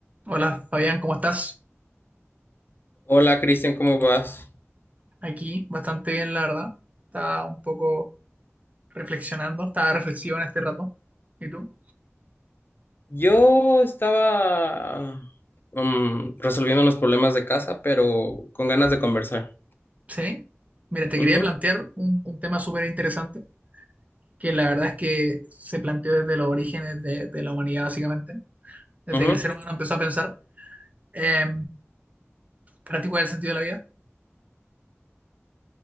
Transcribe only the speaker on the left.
Hola Cristian, ¿cómo vas?
Yo estaba mm, resolviendo unos problemas de casa, pero con ganas de conversar.
Ujú,
ujú.